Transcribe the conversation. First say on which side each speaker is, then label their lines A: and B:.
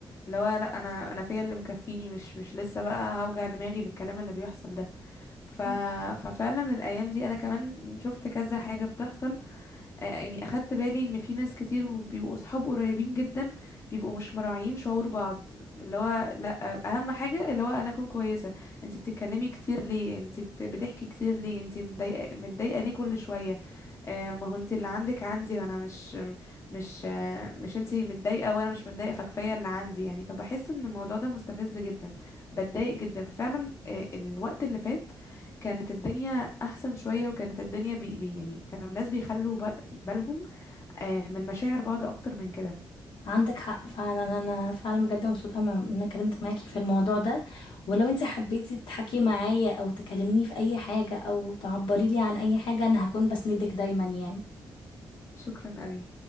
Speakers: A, on the left; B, on the left.
A: اللي هو لا انا انا فيا اللي مكفيني مش مش لسه بقى هوجع دماغي بالكلام اللي بيحصل ده ف...
B: مم.
A: ففعلا الايام دي انا كمان شفت كذا حاجه بتحصل آه، يعني اخدت بالي ان في ناس كتير بيبقوا اصحاب قريبين جدا بيبقوا مش مراعيين شعور بعض اللي هو لا اهم حاجه اللي هو انا اكون كويسه انت بتتكلمي كتير ليه انت بت... بتحكي كتير ليه انت مضايقه متضايقه ليه كل شويه آه، ما هو انت اللي عندك عندي وانا مش مش آه، مش انت متضايقه وانا مش متضايقه فكفايه اللي عندي يعني فبحس ان الموضوع ده مستفز جدا بتضايق جدا ففعلا آه، الوقت اللي فات كانت الدنيا احسن شويه وكانت الدنيا بي بي يعني كانوا الناس بيخلوا بال- بالهم آه، من مشاعر بعض اكتر من كده
B: عندك حق فعلا انا فعلا بجد مبسوطة مع- ان انا اتكلمت معاكي في الموضوع ده ولو انت حبيتي تحكي معايا او تكلميني في اي حاجة او تعبري لي عن اي حاجة انا هكون بسندك دايما يعني
A: شكرا قوي